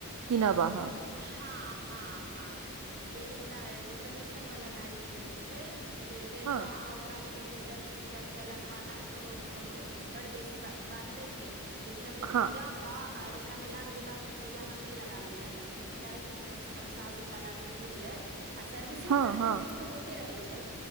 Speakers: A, on the right (about 85°); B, on the right (about 45°).
A: किनब अहाँ
B: हाँ हाँ हाँ जे एकटा कंडीशन वाला गाड़ी जे रहय छय की जे लेलौं
A: हँ
B: आ ओकरामे देखियौ दस बीस हजार रुपआ लगवाना कोनो बहु बड बेसी बात बात नहि छय। लेकिन आब देखियौ
A: हँ
B: लऽ कऽ आ ओकरा मे लाख दू लाख रुपैआ हम नहि लगाबे चाही हम चाहै छी कि कम से कम साल दू साल आदमी घुम लेत आ सर्विसिंग
A: हँ
B: तर्विसिंग
A: हँ
B: होते रहै छै